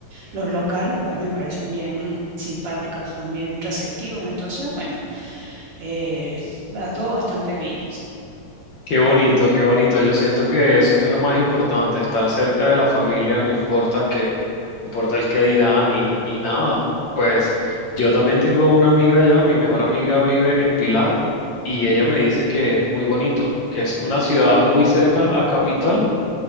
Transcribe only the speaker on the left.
Qué bonito, qué bonito. Yo siento que eso es lo más importante, estar cerca de la familia, no importa qué, no importa el qué dirán y, y nada. Pues yo también tengo una amiga allá, mi mejor amiga vive en Pilar y
ella me dice que es muy bonito, que es una ciudad muy cerca a Capital